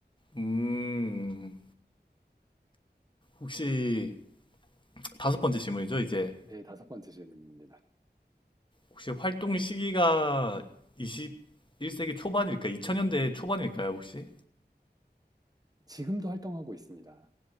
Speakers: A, on the left; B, on the right.
A: 음, 혹시 다섯 번째 질문이죠, 이제.
B: 네, 다섯 번째 질문입니다.
A: 혹시 활동 시기가 21세기 초반일까? 2000년대 초반일까요, 혹시?
B: 지금도 활동하고 있습니다.